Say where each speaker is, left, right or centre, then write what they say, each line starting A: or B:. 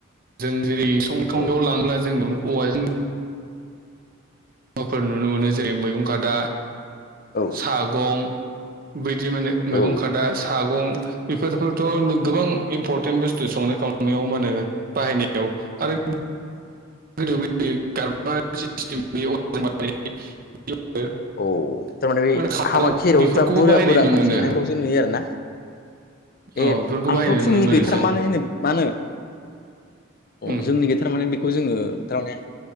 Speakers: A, on the right; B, on the left.
A: जों जेरै संनाय खावनायाव
B: औ
A: लांब्ला जों औवाजों फोर नुनो मोनो जेरै मैगं खादा
B: औ
A: सागं बै जि माने मैगं
B: औ
A: खादा सागं बेफोरफोरखौथ' गोबां इम्परटेन्ट बुस्थु संनाय खावनायाव मा होनो बाहायनायाव आरो <unintelligible>
B: औ थारमाने बे
A: माने खादौ
B: हाबा खेरायाव
A: बेफोरखौबो
B: बुरजा
A: बाहायनाय
B: बुरजा
A: नुनो
B: ओंखाम
A: मोनो
B: संनायफ्रावसो नुयो आरो ना।
A: अ
B: ए
A: बेफोरखौ
B: आंथ'
A: बाहायनाय
B: जोंनि
A: नुनो मोनो
B: गैथारा
A: जों
B: मानो होनो मा होनो। अ
A: उम
B: जोंनि गैथारा माने खौ जोङो थारमाने